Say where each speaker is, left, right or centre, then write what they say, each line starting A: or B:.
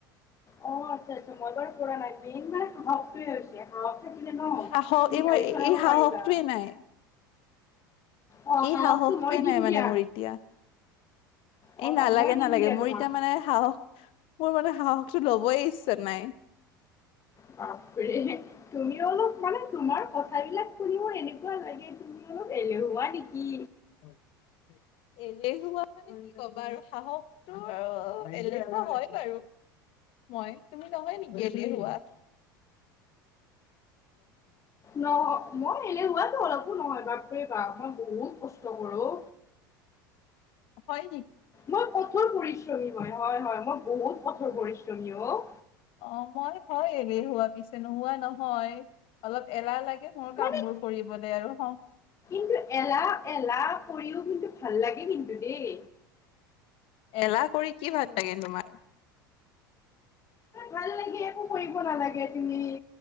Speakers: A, on the left; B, on the left.
A: অ, আচ্ছা আচ্ছা মই বাৰু পৰা নাই মেইন মানে সাহসটোৱে হৈছে সাহস থাকিলে ন
B: সাহস
A: তুমি
B: এই মই
A: গাড়ী চলাব
B: এই সাহসটোৱে
A: পাৰিবা।
B: নাই
A: অ,
B: এই
A: সাহসটো
B: সাহসটোৱে
A: মই
B: নাই
A: দিম
B: মানে
A: দিয়া।
B: মোৰ এতিয়া
A: অ
B: এই নালাগে
A: অ মই দিম
B: নালাগে
A: দিয়া
B: মোৰ
A: তোমাক
B: এতিয়া মানে সাহস মোৰ মানে সাহসটো লবই ইচ্ছা নাই।
A: বাপৰে তুমি অলপ মানে তোমাৰ কথাবিলাক শুনি মোৰ এনেকুৱা কুৱা লাগে তুমি অলপ এলেহোৱা নেকি?
B: <unintelligible> এলেহুৱা মানে কি কবা আৰু সাহসটো আৰু এলেহুৱ হয় বাৰু। মই। তুমি নহয় নেকি এলেহুৱা?
A: নহ মই এলেহুৱাটো অলপো নহয়, বাপৰে বাপ মই বহুত কষ্ট কৰো।
B: হয় নে
A: মই কঠোৰ পৰিশ্ৰমী, হয়, হয়, হয়। মই বহুত কঠোৰ পৰিশ্ৰমী অ'।
B: অ', মই হয় এলেহুৱা পিছে নোহোৱা নহয়। অলপ এলাহ লাগে মোৰ কামবোৰ
A: মানে
B: কৰিবলে আৰু হ
A: কিন্তু এলাহ-এলাহ কৰিও কিন্তু ভাল লাগে কিন্তু দেই।
B: এলাহ কৰি কি ভাল লাগে তোমাৰ?
A: ভাল লাগে, একো কৰিব নালাগে তুমি।